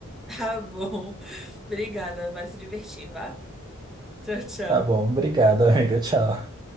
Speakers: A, in the centre; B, on the right.
A: Tá bom. <laughs> Obrigada, vai se divertir, vá. Tchau, tchau.
B: Tá bom, obrigado, <laughs> amiga. Tchau.